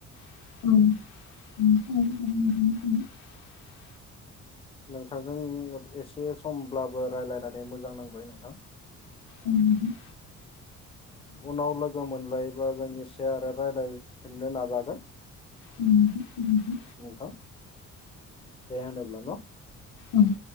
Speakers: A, on the left (about 80°); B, on the left (about 20°).
A: औ <inaudible>
B: नोंथांजों एसे समब्लाबो रायलायनानै मोजां नांबाय नोंथां।
A: उम नोंथां
B: उनाव लोगो मोनलाय बा जों एसे आरो रायलायफिननो नाजागोन
A: औ नोंथां गोजोन्थों।
B: नोंथां दे होनोब्ला न
A: उम